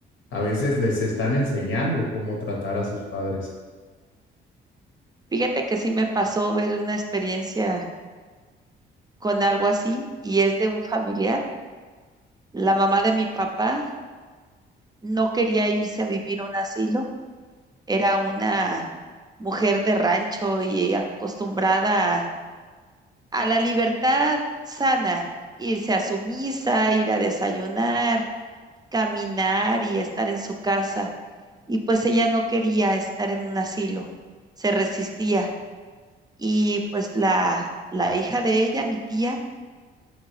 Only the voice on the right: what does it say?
Fíjate que sí me pasó ver una experiencia con algo así y es de un familiar. La mamá de mi papá no quería irse a vivir a un asilo, era una mujer de rancho y acostumbrada a, a la libertad sana, irse a su misa, ir a desayunar, caminar y estar en su casa. Y pues ella no quería estar en un asilo, se resistía. Y pues la, la hija de ella, mi tía,